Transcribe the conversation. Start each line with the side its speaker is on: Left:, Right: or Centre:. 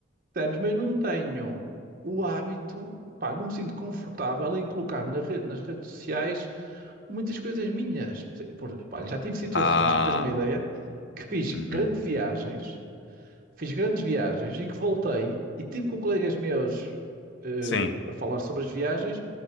Right: percebes? Mas não tenho o hábito, pá, não me sinto confortável em colocar na rede, nas redes sociais muitas coisas minhas. Por, pá, já tive situações,
Left: Ah,
Right: para teres uma ideia, que fiz
Left: uhum.
Right: grandes viagens fiz grandes viagens e que voltei e tive com colegas meus eh,
Left: Sim.
Right: a falar sobre as viagens